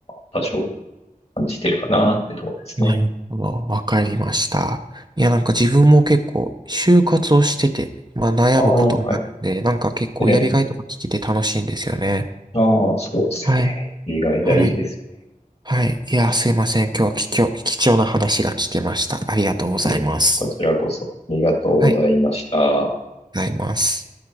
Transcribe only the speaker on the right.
なるほど。わかりました。いや、なんか自分も結構、就活をしてて、まあ悩むこともあるんで、
なんか結構やりがいとか聞けて楽しいんですよね。
はい。
はい。はい。いや、すいません。今日は貴重、貴重な話が聞けました。ありがとうございます。
はい。ございます。